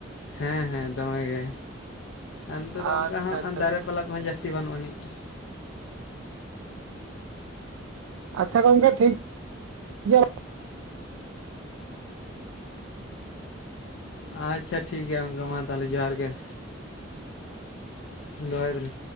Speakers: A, on the left; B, on the right.
A: ᱦᱮᱸ ᱦᱮᱸ ᱫᱚᱢᱮ ᱜᱮ ᱟᱨ ᱱᱤᱛᱚᱜ ᱫᱚ
B: ᱟᱪᱪᱷᱟ
A: ᱚᱱᱠᱟ ᱦᱚᱸ
B: ᱟᱪᱪᱷᱟ
A: ᱟᱹᱱ ᱫᱟᱨᱮ
B: ᱟᱪᱪᱷᱟ
A: ᱯᱟᱞᱟ ᱠᱚᱦᱚᱸ ᱡᱟᱥ ᱛᱤ ᱵᱟᱹᱱᱩᱜ ᱟᱹᱱᱤᱡ ᱾
B: ᱟᱪᱪᱷᱟ ᱜᱚᱝᱠᱮ ᱴᱷᱤᱠ ᱜᱮᱭᱟ
A: ᱟᱪᱪᱷᱟ ᱴᱷᱤᱠ ᱜᱮᱭᱟ ᱜᱚᱝᱠᱮ ᱢᱟ ᱛᱟᱦᱞᱮ ᱡᱚᱦᱟᱨ ᱜᱮ ᱾ ᱫᱚᱦᱚᱭ ᱫᱟᱞᱤᱧ ᱾